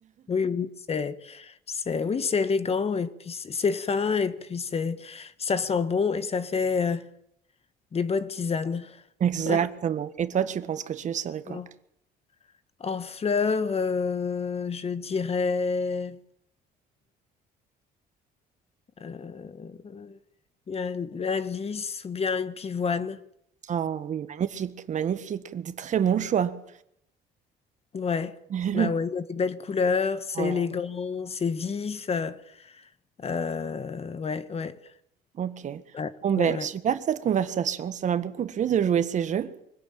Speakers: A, on the left (about 35°); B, on the right (about 45°).
A: Oui, oui, c'est, c'est, oui, c'est élégant et puis c'est c'est fin et puis c'est, ça sent bon et ça fait euh, des bonnes tisanes.
B: Exactement.
A: Ouais.
B: Et toi, tu penses que tu serais quoi?
A: Bon. En fleur, euh, je dirais euh, un, un lys ou bien une pivoine.
B: Oh oui, magnifique, magnifique. Des très bons choix.
A: Ouais,
B: <laughs>
A: bah ouais, il y a des belles couleurs, c'est
B: Ouais,
A: élégant, c'est vif. euh, euh, ouais, ouais,
B: ok.
A: ouais,
B: Bon ben,
A: ouais, ouais.
B: super cette conversation. Ça m'a beaucoup plu de jouer ces jeux.